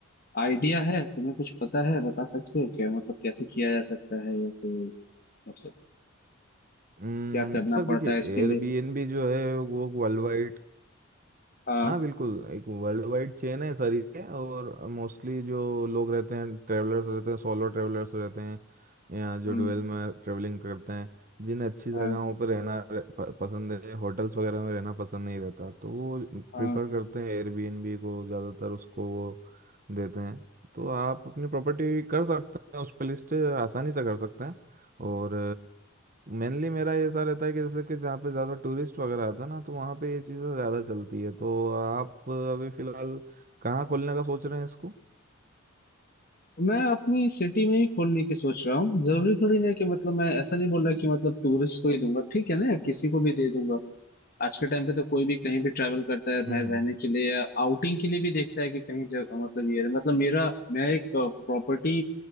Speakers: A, on the left; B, on the right.
A: आइडिया है तुम्हें कुछ पता है बता सकते हो क्या मतलब कैसे किया जा सकता है या फिर मतलब
B: हम्म
A: क्या करना
B: सर देखिए
A: पड़ता है इसके
B: एयरबीएनबी
A: लिए
B: जो है वो वर्ल्ड वाइड
A: हाँ
B: हाँ बिल्कुल एक वर्ल्ड वाइड चेन है सारी है और मोस्टली जो लोग रहते हैं ट्रेवलर्स रहते हैं सोलो ट्रेवलर्स रहते हैं या जो
A: हम्म
B: डुअल में ट्रेवलिंग करते हैं जिन्हें अच्छी जगहों
A: हाँ
B: पर रहना र- प- पसंद है होटल्स वगैरह में रहना पसंद नहीं रहता तो वो
A: हाँ
B: प्रिफर करते हैं एयरबीएनबी को ज़्यादातर उसको वो देते हैं तो आप अपनी प्रॉपर्टी कर सकते हैं उस पर लिस्ट आसानी से कर सकते हैं और मेनली मेरा ये ऐसा रहता है कि जैसे कि जहाँ पे ज़्यादा टूरिस्ट वगैरह आता है ना तो वहाँ पे ये चीज़ें ज़्यादा चलती है तो आप अभी फ़िलहाल कहाँ खोलने का सोच रहे हैं इसको
A: मैं अपनी सिटी में ही खोलने की सोच रहा हूँ जरूरी थोड़ी है कि मतलब मैं ऐसा नहीं बोल रहा कि मतलब टूरिस्ट को ही दूंगा ठीक है ना या किसी को भी दे दूंगा आज के टाइम पे तो कोई भी कहीं भी ट्रैवल करता है
B: हम्म
A: मैं रहने
B: हम्म,
A: के लिए या आउटिंग के लिए भी देखता है कि कहीं जग, मतलब ये मतलब मेरा मैं एक प्रॉपर्टी